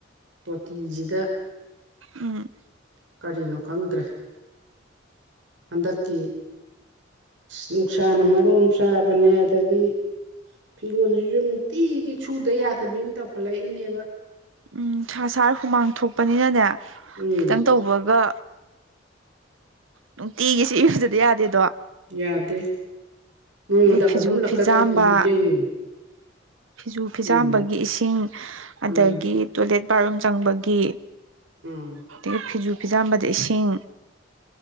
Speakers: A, on the right (about 70°); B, on the right (about 85°).
A: ꯇꯣꯇꯤꯁꯤꯗ
B: ꯎꯝ
A: ꯀꯔꯤꯅꯣ ꯈꯪꯗ꯭ꯔꯦ ꯍꯟꯗꯛꯀꯤ ꯅꯨꯡꯁꯥꯅ ꯃꯔꯣ ꯁꯥꯕꯅꯦ ꯑꯗꯒꯤ ꯐꯤꯔꯣꯜꯁꯤꯁꯨ ꯅꯨꯡꯇꯤꯒꯤ ꯁꯨꯗ ꯌꯥꯗꯕꯤ ꯑꯃ ꯇꯧꯈꯠꯂꯛꯏꯅꯦꯕ
B: ꯎꯝ ꯅꯨꯡꯁꯥ ꯁꯥꯔ ꯍꯨꯃꯥꯡ ꯊꯣꯛꯄꯅꯤꯅꯅꯦ
A: ꯎꯝ
B: ꯈꯤꯇꯪ ꯇꯧꯕꯒ ꯅꯨꯡꯇꯤꯒꯤꯁꯦ ꯏꯨꯗꯗꯤ ꯌꯥꯗꯦꯗꯣ
A: ꯌꯥꯗꯦ ꯅꯣꯡꯃꯗ
B: ꯑꯗꯩ
A: ꯑꯍꯨꯝꯂꯛꯀꯗ
B: ꯐꯤꯖꯨ ꯐꯤꯖꯥꯝꯕ
A: ꯂꯨꯏ ꯀꯩꯅꯣ
B: ꯐꯤꯖꯨ ꯐꯤꯖꯥꯝꯕꯒꯤ
A: ꯎꯝ
B: ꯏꯁꯤꯡ ꯑꯗꯒꯤ
A: ꯃꯥꯅꯤ
B: ꯇꯣꯏꯂꯦꯠ ꯕꯥꯠꯔꯨꯝ ꯆꯪꯕꯒꯤ
A: ꯎꯝ
B: ꯑꯗꯒꯤ ꯐꯤꯖꯨ ꯐꯤꯖꯥꯝꯕꯗ ꯏꯁꯤꯡ